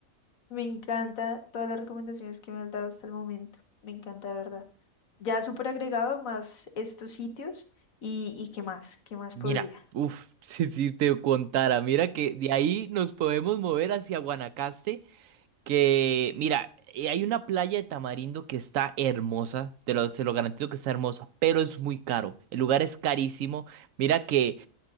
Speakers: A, on the left; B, on the right.
A: Me encanta todas las recomendaciones que me has dado hasta el momento. Me encanta, de verdad. Ya súper agregado más estos sitios y, y qué más, qué más
B: Mira,
A: podría.
B: uff, <laughs> si, si te contara, mira que de ahí nos podemos mover hacia Guanacaste, que mira, eh, hay una playa de Tamarindo que está hermosa, te lo, se lo garantizo que está hermosa, pero es muy caro, el lugar es carísimo. Mira que